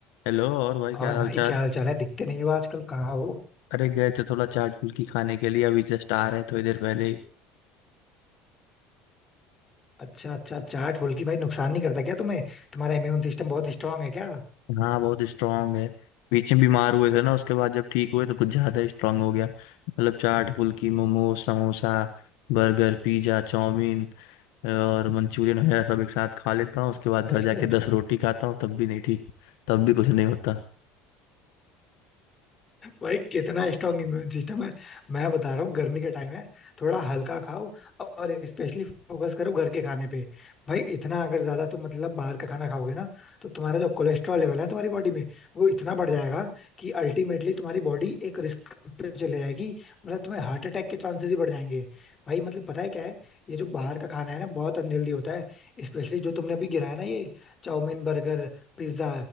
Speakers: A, on the left (about 80°); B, on the left (about 30°).
A: Hello और भाई क्या
B: और भाई
A: हाल चाल
B: क्या हाल चाल है दिखते नहीं हो आजकल कहाँ हो
A: अरे गए थे थोड़ा चाट फुल्की खाने के लिए अभी जस्ट आ रहे थोड़ी देर पहले ही
B: अच्छा अच्छा चाट बोल के भाई नुकसान नहीं करता क्या तुम्हें तुम्हारा इम्यून सिस्टम बहुत स्ट्रांग है क्या
A: हाँ बहुत स्ट्रांग है बीच में बीमार हुए थे ना उसके बाद जब ठीक हुए तो कुछ ज्यादा स्ट्रांग हो गया मतलब चाट फुल्की मोमोज समोसा बर्गर पिज्जा चाउमीन और मंचूरियन वगैरह सब एक साथ खा लेता हूँ उसके बाद
B: अरे
A: घर जाके दस रोटी खाता हूँ तब भी नहीं ठीक तब भी कुछ नहीं होता
B: भाई कितना स्ट्रांग इम्यून सिस्टम है मैं बता रहा हूँ गर्मी का टाइम है थोड़ा हल्का खाओ और स्पेशली फोकस करो घर के खाने पे भाई इतना अगर ज्यादा तुम मतलब बाहर का खाना खाओगे ना तो तुम्हारा जो कोलेस्ट्रॉल लेवल है तुम्हारी बॉडी में वो इतना बढ़ जाएगा कि अल्टीमेटली तुम्हारी बॉडी एक रिस्क पे चले जाएगी मतलब तुम्हें हार्ट अटैक के चांसेस ही बढ़ जाएंगे भाई मतलब पता है क्या है ये जो बाहर का खाना है ना बहुत अनहेल्दी होता है स्पेशली जो तुमने अभी गिराया ना ये चाउमीन बर्गर पिज्जा